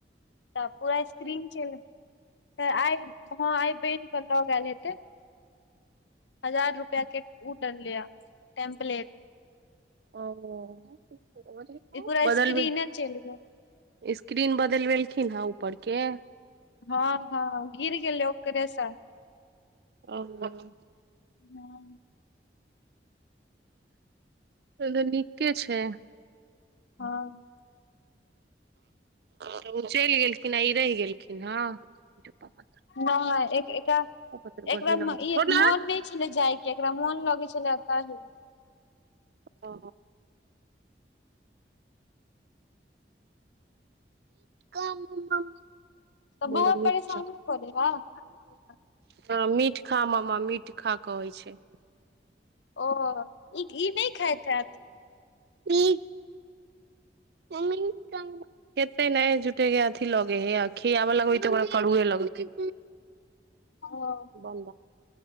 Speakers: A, on the left (about 85°); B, on the right (about 65°).
A: तऽ <inaudible> पूरा स्क्रीन चेल त आइ हँ आइ बन के एल हेतै <inaudible> हजार रुप <unintelligible> टम्प्लेट
B: ओ <unintelligible>
A: इ पूरा
B: बदलबे
A: स स्क्रीन चेल गेल
B: स्क्रीन बदल बेलखिन हँ ऊपर के
A: हँ हँ गीर गेलै ओकरे स
B: <unintelligible>
A: हँ
B: <unintelligible> नीके छै
A: हँ
B: तऽ ओ चलि गेलखिन आ ई रहि गेलखिन हँ पापा
A: नई एक एकर
B: तोर
A: <unintelligible>
B: गोर नहि लगै छै
A: ई
B: छोड़ ना
A: मोन नहि छलै जाय के एकरा मन लगे छलै एतही
B: ओ मम्मी
A: तऽ
B: बोल
A: बौआ
B: मीट
A: परेशान
B: चा
A: नहि करै हँ
B: हँ मीठ खा ममा मीठ खा कहै छै
A: ओ ई ई नहि खाइथ हैत
B: ई मम्मी संग <unintelligible> खेतय नहि झूठे के अथी लगे हे आ खिआब लगबे तऽ ओकरा करुए लगते
A: ओ
B: बन